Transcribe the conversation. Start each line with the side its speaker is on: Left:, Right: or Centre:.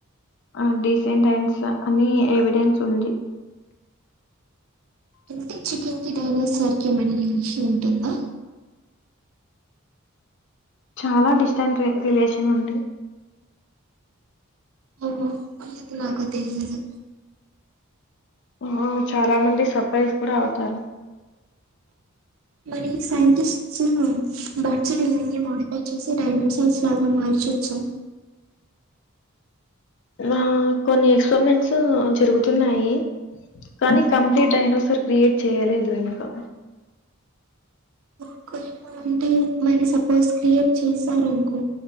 Left: ఆ డీసెంట్ టైమ్స్ అని ఎవిడెన్స్ ఉంది
Right: అంటే చికెన్ కి డైనోసర్ కి ఏమైనా రిలీషన్ ఉంటుందా
Left: చాలా డిస్టెంట్ రి రిలేషన్ ఉంది
Right: ఓహో <unintelligible> నాకు తెలీదు
Left: ఆ చాలా మంది సర్ప్రైజ్ కూడా అవుతారు
Right: మరి సైంటిస్ట్స్ బర్డ్స్ డిఎన్ఎ మోడిఫై చేసి డైమెన్షన్స్ లాగ్ ఆ మన్షి వొచ్చ
Left: ఆ కొన్ని ఎక్స్పరిమెంట్స్ జరుగుతున్నాయి కానీ కంప్లీట్ డైనోసర్ క్రియేట్ చేయలేదు ఇంకా
Right: ఒకరి మంటే మరి సపోజ్ క్రియేట్ చేశారు అనుకో